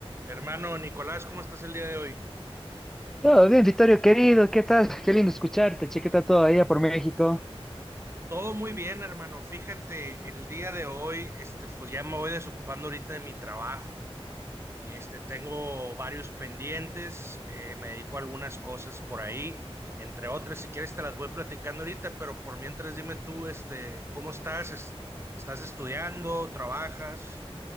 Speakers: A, on the right; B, in the centre.
A: Hermano Nicolás, ¿cómo estás el día de hoy?
B: Todo bien, Vittorio, querido, ¿qué tal? <laughs> Qué lindo escucharte, che, ¿qué tal todo allá por México?
A: Todo muy bien, hermano. Fíjate, el día de hoy, este, pues ya me voy desocupando ahorita de mi trabajo. Este, tengo varios pendientes, eh, me dedico a algunas cosas por ahí, entre otras. Si quieres te las voy platicando ahorita, pero por mientras dime tú, este, ¿cómo estás? Es- ¿Estás estudiando? ¿Trabajas?